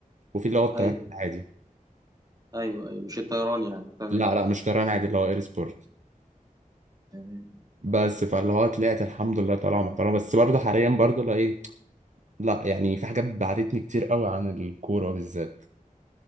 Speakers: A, on the right (about 55°); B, on the right (about 25°).
A: وفي اللي هو الطيران
B: ايوه
A: العادي
B: ايوه ايوه مش الطيران يعني تمام
A: لا لا مش طيران عادي اللي هو إير سبورت
B: تمام
A: بس فاللي هو طلعت الحمد لله طالعة محترمة بس برضه حاليا برضه لا لا يعني في حاجات بعدتني كتير قوي عن الكورة بالذات